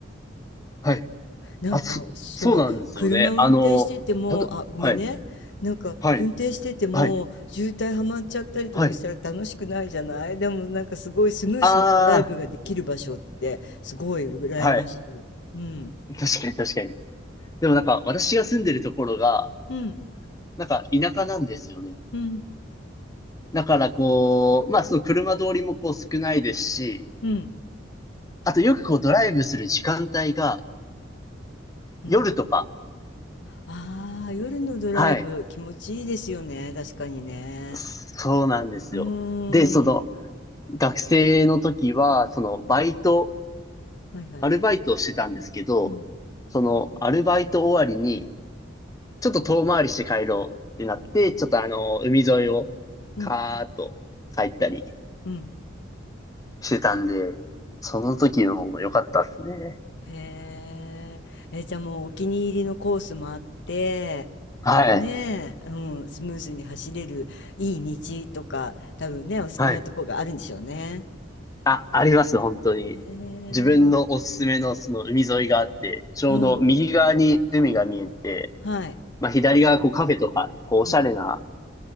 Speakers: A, on the left; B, on the left.
A: はい。
B: なんかそう車運転しててもあごめんねなんか運転してても渋滞はまっちゃったりとかしたら楽しくないじゃないでもなんかすごいスムーズなドライブができる場所ってすごい羨ましい。
A: あ、そ、そうなんですよね。あの、たと、はい。はい。はい。はい。ああ、はい。
B: うん
A: 確かに確かに。でもなんか、私が住んでるところが、
B: うん
A: なんか田舎なんですよね。
B: うん
A: だからこう、まあその車通りもこう少ないですし、
B: うん
A: あとよくこうドライブする時間帯が
B: うん
A: 夜とか、
B: ああー夜のドライブ気持ちいいですよね確かにね。
A: はい。そうなんですよ。
B: うー
A: で、その、
B: ん
A: 学生の時は、その、バイト
B: はいはい。
A: アルバイトをしてたんですけど、
B: うん
A: そのアルバイト終わりに、ちょっと遠回りして帰ろうってなって、ちょっとあの、海沿いをカーッと帰ったり
B: うんうん
A: してたんで、その時のも良かったですね。
B: へーえじゃあもうお気に入りのコースもあって。
A: はい。
B: ねえ、うん、スムーズに走れるいい道とか、多分ね、お好きなとこがあるんでしょうね。
A: はい。あ、あります、本当に。
B: へえ、
A: 自分のおすすめのその海沿いがあって、ちょうど右側に海が見えて、
B: うん、はい。
A: まあ左側こうカフェとか、こうおしゃれな
B: うん、